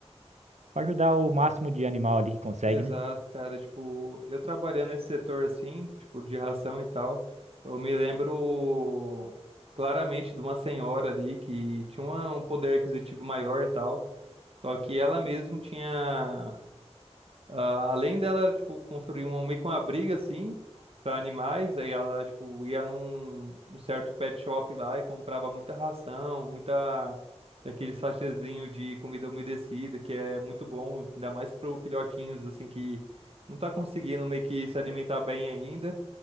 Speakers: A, on the right; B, on the right.
A: ajudar o máximo de animal ali que consegue,
B: Exato,
A: né?
B: cara, tipo, eu trabalhando nesse setor assim, tipo, de ração e tal, eu me lembro claramente de uma senhora ali que tinha uma- um poder aquisitivo maior e tal, só que ela mesma tinha Ah, além dela, tipo, construir um, meio que uma briga, assim, pra animais, aí ela, tipo, ia num, num certo pet shop lá e comprava muita ração, muita daquele sachêzinho de comida umedecida, que é muito bom, ainda mais pro filhotinhos, assim, que não tá conseguindo meio que se alimentar bem ainda.